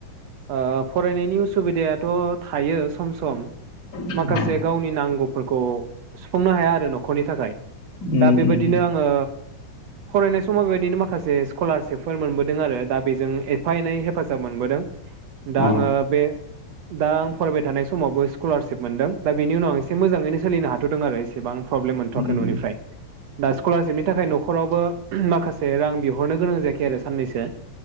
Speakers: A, on the right; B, on the left.
A: ओ फरायनायनि उसुबिदायाथ थायो सम सम
B: अ
A: माखासे गावनि नांगौ फोरखौ सुफुंनो हाया आरो नखरनि थाखाय
B: उम
A: दा बेबायदिनो
B: उम
A: आङो, फरायनाय समाव बेबायदिनो माखासे स्कलारशिपफोर मोनबोदों आरो दा बेजों एफा एनै हेफाजाब मोनबोदों। दा
B: अ
A: आङो बे दा आं फरायबाय थानाय समावबो स्कलारशिप मोनदों दा बेनि उनाव आं एसे मोजाङैनो सोलिनो हाथदों आरो एसेबां प्रब्लेम मोनथ'वाखै
B: उम
A: न'निफ्राय दा स्कलारशिपनि थाखाय नखरावबो उम माखासे रां बिहरनो गोनां जायाखै आरो साननैसोआ।